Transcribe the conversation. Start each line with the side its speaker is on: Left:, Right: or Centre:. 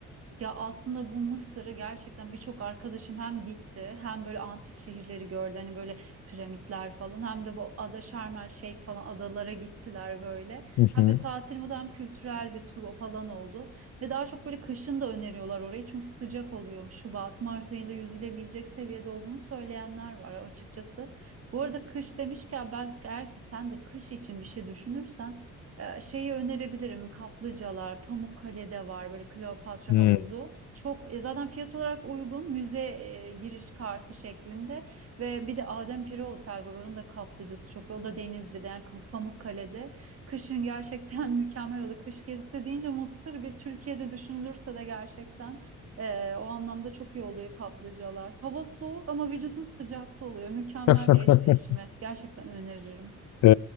Right: Ya aslında bu Mısır'ı gerçekten birçok arkadaşım hem gitti hem böyle antik şehirleri gördü hani böyle piramitler falan hem de bu ada Şarm El Şeyh falan adalara gittiler böyle.
Left: Hı
Right: Hem
Left: hı.
Right: bir tatil modu hem kültürel bir tur falan oldu. Ve daha çok böyle kışın da öneriyorlar orayı çünkü sıcak oluyormuş. Şubat, Mart ayında yüzülebilecek seviyede olduğunu söyleyenler var açıkçası. Bu arada kış demişken ben eğer ki sen de kış için bir şey düşünürsen ee, şeyi önerebilirim. Kaplıcalar, Pamukkale'de var böyle Kleopatra
Left: Hmm.
Right: havuzu. Çok e, zaten fiyat olarak uygun müze e, giriş kartı şeklinde ve bir de Adem Pire Otel var. Oranın da kaplıcası çok iyi. O da Denizli'de yani Ka- Pamukkale'de. Kışın gerçekten <laughs> mükemmel oldu. Kış gezisi deyince Mısır bir Türkiye'de düşünülürse de gerçekten e, o anlamda çok iyi oluyor kaplıcalar. Hava soğuk ama vücudun sıcakta oluyor. Mükemmel
Left: <laughs>
Right: bir eşleşme. Gerçekten öneririm.
Left: Ee,